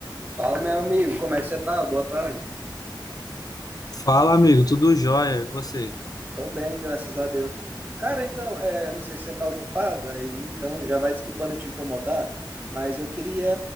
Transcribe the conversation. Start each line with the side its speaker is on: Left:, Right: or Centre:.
Right: Fala, meu amigo, como é que você tá? Boa tarde.
Left: Fala, amigo, tudo jóia? E você?
Right: Tô bem, graças a Deus. Cara, então, é, eu não sei se você tá ocupado, aí então já vai desculpando eu te incomodar, mas eu queria